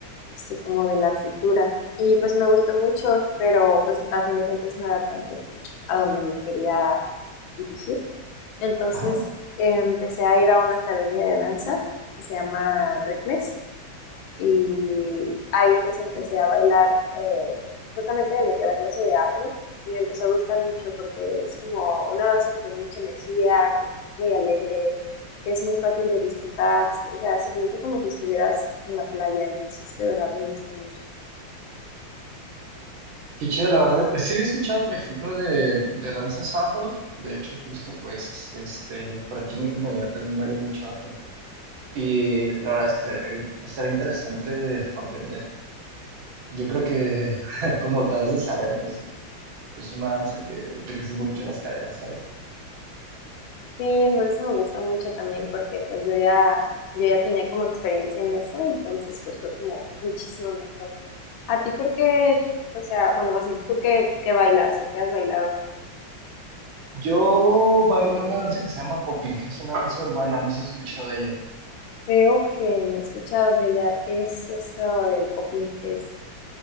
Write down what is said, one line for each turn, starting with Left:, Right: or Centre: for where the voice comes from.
Left: Este, como de la cultura. Y pues me gustó mucho, pero pues a fin de cuentas no era tanto como a donde me quería dirigir. Entonces
Right: ajá.
Left: eh, empecé a ir a una academia de danza que se llama Recles. Y ahí pues empecé a bailar, eh, justamente me metí a la clase de afro y me empezó a gustar mucho porque es como una danza que tiene mucha energía, que es muy alegre, que es muy fácil de disfrutar, o sea, se siente como si estuvieras en la playa, entonces de verdad me gusta mucho.
Right: Qué chido, la verdad. Eh, Sí había escuchado, por ejemplo, de, de danzas afro. De hecho, justo pues, este, por aquí en mi comunidad también bailo mucho afro. Y la verdad es que estaría, bien- estaría interesante aprender. Yo creo que, <laughs> como te has de saber, pues Es una danza que utilizas mucho las caderas, ¿sabes?
Left: Sí, por eso me gusta mucho también porque pues yo ya, yo ya tenía como experiencia en eso, entonces pues fue como muchísimo mejor. ¿A ti por qué, o sea, bueno, más bien, tú qué, qué bailas o qué has bailado?
Right: Yo bailo una danza que se llama popping. Es una danza urbana, no sé si has escuchado de ella.
Left: Creo que no he escuchado de ella. ¿Qué es eso del popín? ¿Qué es?